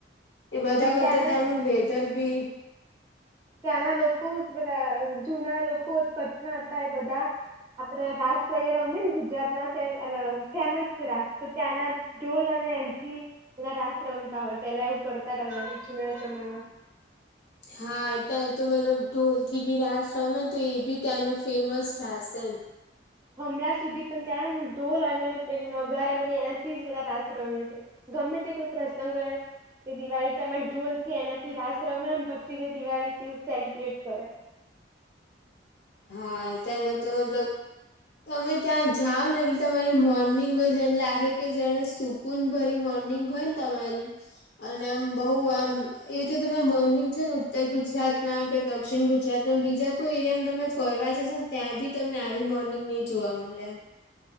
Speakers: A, on the left; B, on the right.
A: એ બધા
B: હમ,
A: કરતા
B: ત્યાંના
A: ત્યાંનું વેધર બી
B: ત્યાંના લોકો જૂના લોકો કચ્છમાં હતા એ બધા. આપડ રાસૈ ગુજરાત ના ફેમસ છે રાસ તો ત્યાંના ઢોલ અને એન થી બધા રાત રમતા હોય પેલા એવું કરતા હતા બા જુના સમયમાં.
A: હા ત્યાં તો મતલબ ઢોલ થી બી રાસ ર ને તો એ બી ત્યાંનું ફેમસ રાશે એમ.
B: હમણાં સુધી પણ ત્યાંને ઢોલ અને નગર એ બ એના થી જ બધા રાસ રહ છે. ગમે તે કોઈ પ્રસંગ કર. કે દિવાળી તમે ઢોલથી એનાથી રાસ રમ પછી તે દિવાળી કે સેલિબ્રેટ કરે.
A: હા તેનો તો મતલબ. તમે ત્યાં જાઓ ને એટલે તમારી મોર્નિંગ બસ એમ લાગે કે જેને સુ સ્કૂન ભરી મોર્નિંગ હોય ને તમારી અને આમ બહુ આમ એ તો તમે મોર્નિંગ છે ને ઉત્તર ગુજરાતમાં કે દક્ષિણ ગુજરાત અને બીજા કોઈ એરિયામાં તમે ફરવા જો ને ત્યાં બી તમને આવી મોર્નિંગ નહી જોવા મળે એમ